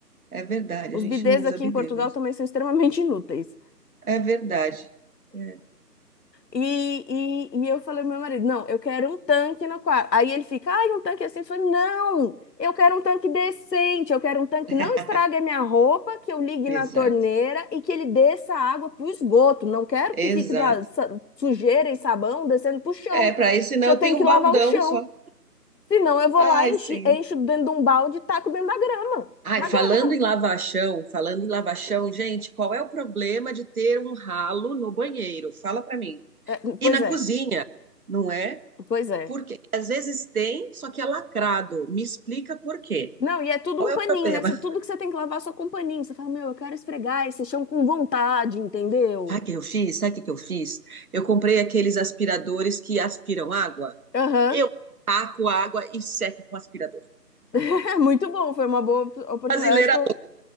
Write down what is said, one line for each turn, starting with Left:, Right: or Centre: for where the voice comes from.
Right: É verdade, a
Left: Os
Right: gente
Left: bidês
Right: não usa
Left: aqui
Right: bidê
Left: em Portugal
Right: mesmo.
Left: também são extremamente <laughs> inúteis.
Right: É verdade. É.
Left: E, e, e eu falei pro meu marido, não, eu quero um tanque no quarto. Aí ele fica, ai, um tanque assim. Eu falei, não, eu quero um tanque decente, eu quero um tanque
Right: <laughs>
Left: que não estrague a minha roupa, que eu ligue
Right: Exato,
Left: na torneira e que ele desça a água pro esgoto. Não quero
Right: exato.
Left: que fique lá sa- sujeira e sabão descendo pro chão,
Right: É, para isso, senão
Left: que eu
Right: eu
Left: tenho
Right: tenho
Left: que
Right: um
Left: lavar
Right: baldão
Left: o chão.
Right: só.
Left: Senão eu vou
Right: Ai,
Left: lá, enchi-
Right: senhor.
Left: encho dentro de um balde e taco dentro da grama.
Right: Ai,
Left: Na
Right: falando
Left: grama.
Right: em lava chão, falando em lava chão, gente, qual é o problema de ter um ralo no banheiro? Fala pra mim.
Left: É,
Right: E
Left: pois
Right: na
Left: é,
Right: cozinha, não é?
Left: pois é.
Right: Porque às vezes tem, só que é lacrado. Me explica por quê.
Left: Não, e é tudo
Right: Qual
Left: um
Right: é
Left: paninho,
Right: o problema?
Left: né? Você-
Right: <laughs>
Left: Tudo que você tem que lavar é só com paninho. Você fala, meu, eu quero esfregar esse chão com vontade, entendeu?
Right: Sabe o que eu fiz? Sabe o que que eu fiz? Eu comprei aqueles aspiradores que aspiram água.
Left: Aham.
Right: Eu
Left: <laughs>
Right: taco água e seco com aspirador.
Left: É muito bom, foi uma boa op- oportunidade.
Right: Brasileira
Left: Acho que, eu-